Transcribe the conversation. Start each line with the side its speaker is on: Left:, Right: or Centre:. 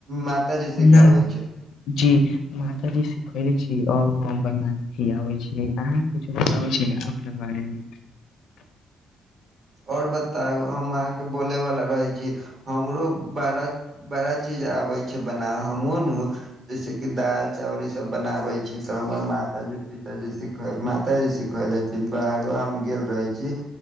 Right: मातााजी सिखाबै
Left: न
Right: छै?
Left: जी मातााजी सिखौले छी, आब हम बना के खियाबे छी। अहाँ किछ बताबै छै ने अपने बारेमे।
Right: और बताउ, हम अहाँके बोले वाला रहै छी, हमरो बारा बड़ा चीज आबे छै बनाव, हमहु नु जैसे कि दाल -चावल ई सब बनावे। <inaudible> तऽ हमर माता जी पिताजी सिख माता जी सिखले छी। बाहरो हम गेल रहे छी।